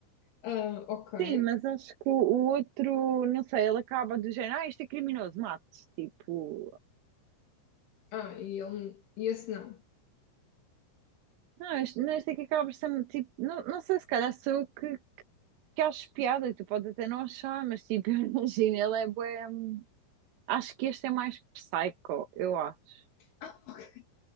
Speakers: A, on the left; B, on the right.
A: Ah, ok.
B: Sim, mas acho que o, o outro, não sei, ele acaba do género, ah, este é criminoso, mate tipo,
A: Ah, e ele. E esse não.
B: não, este, não, este aqui acaba por ser, um tipo, não, não sei, se calhar sou eu que, que acho piada, e tu podes até não achar, mas tipo, <laughs> imagina, ele é bué. Acho que este é mais psycho, eu acho.
A: Ah, ok.